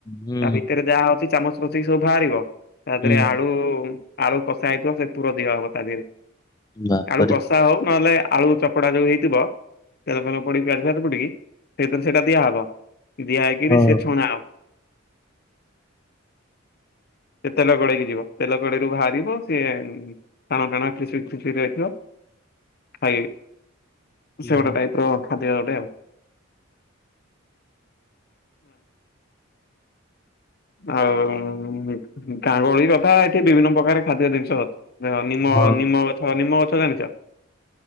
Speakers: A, on the left; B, on the left.
A: ହୁଁ
B: ତା ଭିତରେ ଯାହା ଅଉଛି ଚାମଚ ସବୁ ବାହାରିବ ତା
A: ହୁଁ
B: ଦେହରେ ଆଳୁ ଆଳୁ କଷା ହେଇଥିବ ସେ ପୁର ଦିହ ହବ ତା ଦେହରେ
A: ବାପରେ
B: ଆଳୁ କଷା ହଉ ନହେଲେ ଆଳୁ ଚକଡା ଯୋଉ ହେଇଥିବ। ତେଲ ତେଲ ପଡିାତ ପଡିକି ସେଇଥିରେ ସେଇଟା ଦିଆହବ ଦିଆହଇକିରି
A: ହଁ
B: ସି ଛଣା ହବ। ସେ ତେଲ ଗଡେଇକି ଯିବ ତେଲ ଗଡେଇରୁ ବାହାରିବ ସିଏ ଟାଣ ଟାଣି ରି ରଖିବ ଖାଇ
A: ହୁଁ
B: ସେ ଗୋଟେ
A: ହୁଁ।
B: ଟାଇ ଖାଦ୍ୟାଟେ ଆଉ। ଆଉ ଗାଙ୍ଗୁଳି କଥା ଏଠି ବିଭିନ୍ନ ପ୍ରକାର ଖାଦ୍ୟ ଜିନିଷ ଅଥା ନିମ
A: ହଁ
B: ନିମ୍ମ ଗଛ ନିମ ଗଛ ଜାଣିଛ?